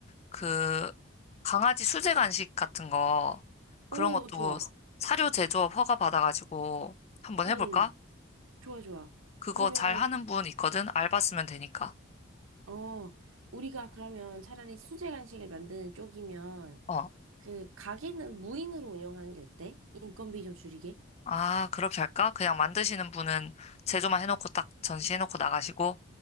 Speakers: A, on the left; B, on the right.
A: 그 강아지 수제 간식 같은 거 그런
B: 오,
A: 것도
B: 좋아.
A: 사료 제조업 허가 받아가지고 한번
B: 응.
A: 해볼까?
B: 좋아, 좋아.
A: 그거
B: 그러면,
A: 잘 하는 분 있거든? 알바 쓰면 되니까.
B: 어, 우리가 그러면 차라리 수제 간식을 만드는 쪽이면,
A: 어.
B: 그, 가게는 무인으로 운영하는 게 어때? 인건비 좀 줄이게?
A: 아, 그렇게 할까? 그냥 만드시는 분은 제조만 해놓고 딱 전시해놓고 나가시고.